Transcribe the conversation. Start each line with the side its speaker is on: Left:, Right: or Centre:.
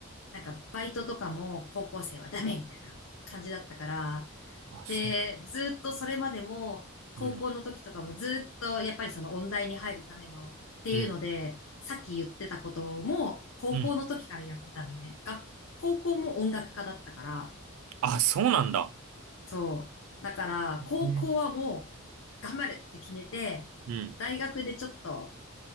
Left: なんかバイトとかも高校生はダメみたいな感じだったから、
Right: あ、そう。
Left: で、ずっとそれまでも、高校の時とかもずっとやっぱりその音大に入るためのっていうので、
Right: うんうん。
Left: さっき言ってたことも高校の時からやってたのね。
Right: うん。
Left: 学高校も音楽家だったから、
Right: あ、そうなんだ。
Left: そう。だから、高校はもう、
Right: ね。
Left: 頑張るって決めて、
Right: うん。
Left: 大学でちょっと、